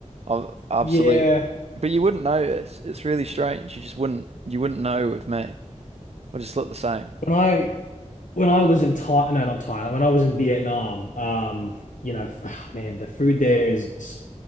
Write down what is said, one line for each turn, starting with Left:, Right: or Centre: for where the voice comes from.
Right: I absolutely,
Left: yeah.
Right: but you wouldn't notice. It's really strange. You just wouldn't you wouldn't know with me. I just look the same.
Left: When I when I was in Thailand, no, not Thailand. When I was in Vietnam, um, you know, f- ah, man, the food there is